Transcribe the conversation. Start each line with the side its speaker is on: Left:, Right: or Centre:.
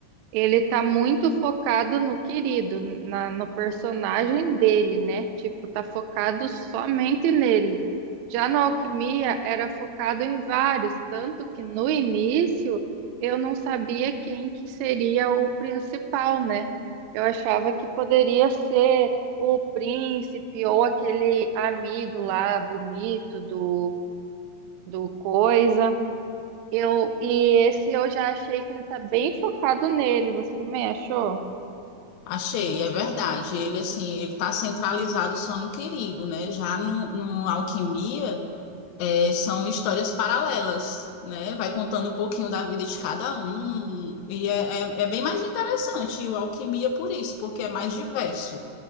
Right: Ele tá muito focado no querido, na, no personagem dele, né? Tipo, tá focado somente nele. Já na Alquimia era focado em vários, tanto que no início eu não sabia quem que seria o principal, né? Eu achava que poderia ser o príncipe ou aquele amigo lá bonito do, do coisa. Eu, e esse eu já achei que ele tá bem focado nele. Você também achou?
Left: Achei, é verdade. Ele assim, ele tá centralizado só no querido, né? Já no, no Alquimia, é, são histórias paralelas, né? Vai contando um pouquinho da vida de cada um e é, é, é bem mais interessante. E o Alquimia por isso, porque é mais diverso.